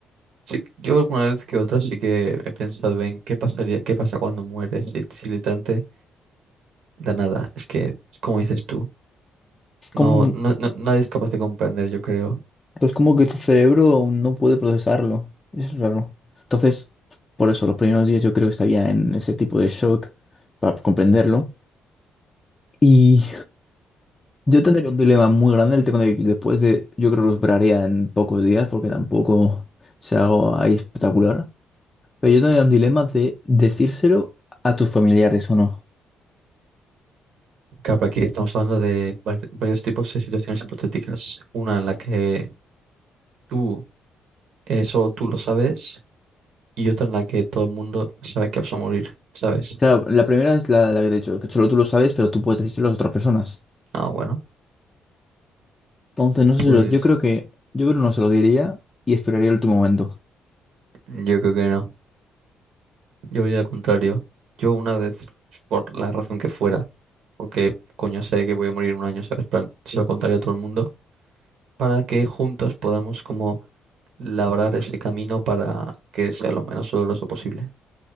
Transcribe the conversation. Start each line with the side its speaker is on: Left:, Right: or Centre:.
Right: Sí, yo alguna vez que otra sí que he pensado en qué pasaría, qué pasa cuando mueres si, si literalmente la nada. Es que, como dices tú, no,
Left: ¿Cómo,
Right: no, no- nadie es capaz de comprender, yo creo.
Left: pues como que tu cerebro no puede procesarlo. Es raro. Entonces, por eso, los primeros días yo creo que estaría en ese tipo de shock para comprenderlo. Y yo tendría un dilema muy grande, el tema de que después de, yo creo que los braría en pocos días, porque tampoco se hago ahí espectacular. Pero yo tendría un dilema de decírselo a tus familiares o no.
Right: Claro, aquí estamos hablando de var- varios tipos de situaciones hipotéticas. Una en la que tú, eh, solo tú lo sabes, y otra en la que todo el mundo sabe que vas a morir, ¿sabes?
Left: Claro, la primera es la, la que te he dicho, que solo tú lo sabes, pero tú puedes decírselo a las otras personas.
Right: Ah, bueno,
Left: Entonces, no sé
Right: pues
Left: si lo, yo creo que, yo creo que no se lo diría y esperaría el último momento.
Right: yo creo que no. Yo diría al contrario. Yo una vez, por la razón que fuera, porque coño sé que voy a morir un año, ¿sabes? Plan, se lo contaría a todo el mundo para que juntos podamos como labrar ese camino para que sea lo menos doloroso posible.